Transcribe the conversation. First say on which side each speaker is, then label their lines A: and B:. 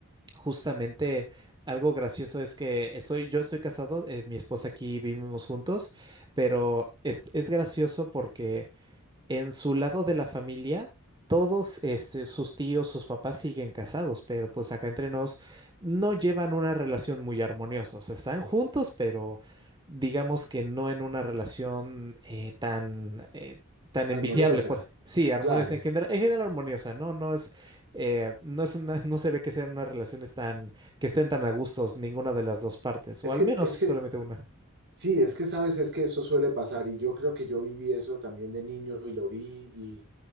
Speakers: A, on the right (about 20°); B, on the right (about 55°).
A: Justamente algo gracioso es que soy, yo estoy casado, eh, mi esposa aquí vivimos juntos, pero es, es gracioso porque en su lado de la familia, todos este, sus tíos, sus papás siguen casados, pero pues acá entre nos no llevan una relación muy armoniosa. O sea, están juntos, pero digamos que no en una relación eh, tan, eh, tan
B: armoniosas,
A: envidiable. Por... e-, Sí, armoniosa
B: claro.
A: en general, en general armoniosa, ¿no? No es, eh, no es una, no se ve que sean unas relaciones tan, que estén tan a gustos ninguna de las dos partes,
B: Es
A: o al
B: que,
A: menos
B: es
A: solamente
B: que,
A: una.
B: sí, es que sabes, es que eso suele pasar y yo creo que yo viví eso también de niño y lo vi